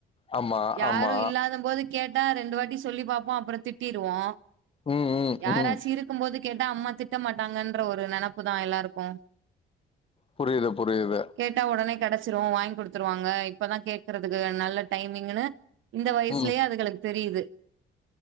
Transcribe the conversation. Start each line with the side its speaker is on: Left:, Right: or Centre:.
Left: ஆமா
Right: யாரு
Left: ஆமா
Right: இல்லாதம்போது கேட்டா ரெண்டு வாட்டி சொல்லி பாப்போ அப்புற திட்டிருவோ
Left: ம் ம்
Right: யாராச்சி
Left: ம்
Right: இருக்கும்போது கேட்ட அம்மா திட்ட மாட்டாங்கன்ற ஒரு நெனப்பு தா எல்லாருக்கு
Left: புரியுது புரியுது
Right: கேட்டா ஒடனே கெட ச்சிரு வாய்ங் குடுத்துருவாங்க இப்பதா கேக்குறதுக்கு நல்ல டைமிங்கினு இந்த வயசுலேயே
Left: ம்
Right: அதுகளுக் தெரியுது